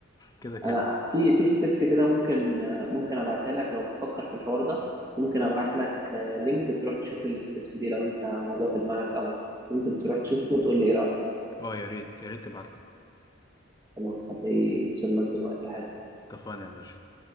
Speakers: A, on the left; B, on the right.
A: كده كده
B: انا في في ستيبس كده ممكن آه، ممكن ابعتها لك لو بتفكر في الحوار ده ممكن ابعت لك آه، لينك تروح تشوف الستيبس دي لو انت موضوع في دماغك قوي ممكن تروح تشوفه وتقول لي ايه رايك
A: اه يا ريت يا ريت تبعتلي
B: خلاص هتلاقيه وصل لك دلوقتي حالا
A: اتفقنا يا باشا